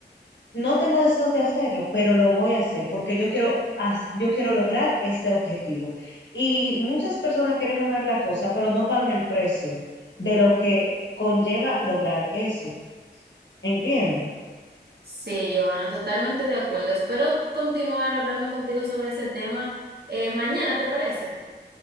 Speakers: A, on the left; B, on the right.
A: No tengo deseos de hacerlo, pero lo voy a hacer porque yo quiero, haz- yo quiero lograr ese objetivo. Y muchas personas quieren lograr la cosa, pero no pagan el precio de lo que conlleva lograr eso. ¿Entiendes?
B: Sí, Giovanna, totalmente de acuerdo. Espero continuar hablando contigo sobre ese tema eh, mañana, ¿te parece?